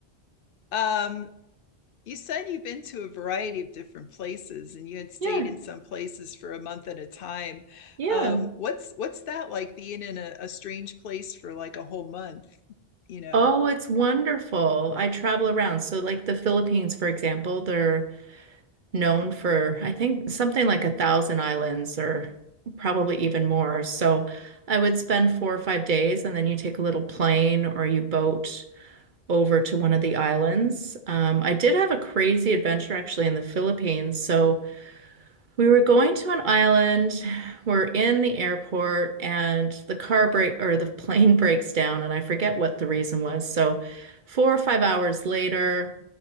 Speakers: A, on the left; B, on the right.
A: Um, You said you've been to a variety of different places and you had stayed
B: Yeah,
A: in some places for a month at a time.
B: Yeah.
A: Um, what's what's that like being in a, a strange place for like a whole month, you know?
B: Oh, it's wonderful. I travel around. So, like the Philippines, for example, they're known for, I think, something like a thousand islands or probably even more. So, I would spend four or five days and then you take a little plane or you boat over to one of the islands. Um, I did have a crazy adventure actually in the Philippines. So, We were going to an island. We're in the airport and the car break or the <laughs> plane breaks down and I forget what the reason was. So four or five hours later,